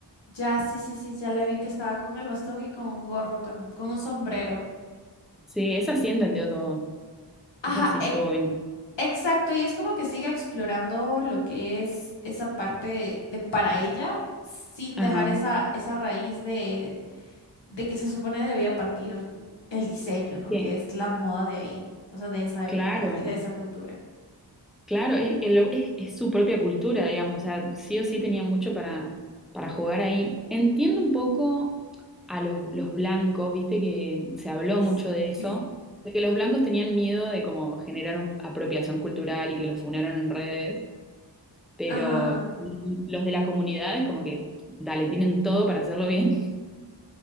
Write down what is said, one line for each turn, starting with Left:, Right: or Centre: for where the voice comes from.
Left: ya, sí, sí, sí, ya la vi que estaba con el bastón y con un gorro, tam- con un sombrero.
Centre: Sí, esa sí entendió todo,
Left: Ajá,
Centre: esa sí
Left: e-
Centre: estuvo bien.
Left: exacto, y es como que sigue explorando lo que es esa parte de, de para ella, sin
Centre: Ajá.
Left: dejar esa, esa raíz de de que se supone debía partir el diseño, ¿no?
Centre: Bien.
Left: Que es la moda de ahí, o sea, de esa época
Centre: Claro,
Left: y de esa cultura.
Centre: claro, es, el- es, es su propia cultura, digamos, o sea, sí
Left: Ujú.
Centre: o sí tenía mucho para, para jugar ahí. Entiendo un poco a los, los blancos, viste que se habló
Left: Sí.
Centre: mucho de eso,
Left: <laughs>
Centre: de que los blancos tenían miedo de como generar un- apropiación cultural y que los funaran en redes. pero
Left: Ajá.
Centre: los de la comunidad es como que, dale, tienen todo para hacerlo bien.